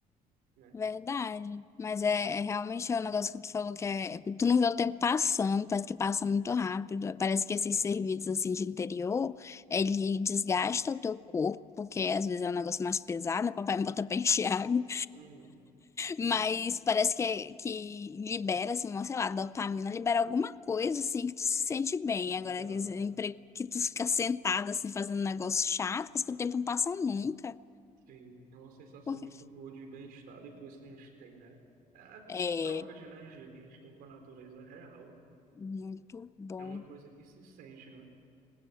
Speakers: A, on the right; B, on the left.
A: né?
B: Verdade. Mas é, é realmente o negócio que tu falou que é, é- tu não vê o tempo passando, parece que passa muito rápido. Parece
A: Sim.
B: que esses serviços assim de interior, ele desgasta o teu corpo, porque às vezes é um negócio mais pesado, né? Papai me bota pra <laughs> encher água,
A: Uhum. <laughs>
B: mas parece que, é- que libera assim, uma, sei lá, dopamina, libera alguma coisa assim que tu se sente bem. Agora
A: Dá.
B: quer dizer, empre- que tu fica sentado assim fazendo um negócio chato, parece que o tempo não passa nunca.
A: Sim. É uma sensação
B: Porque
A: muito boa de bem-estar depois que a gente tem, né? É A,
B: é
A: a troca de energia que a gente tem com a natureza é real.
B: muito bom.
A: É uma coisa que se sente, né?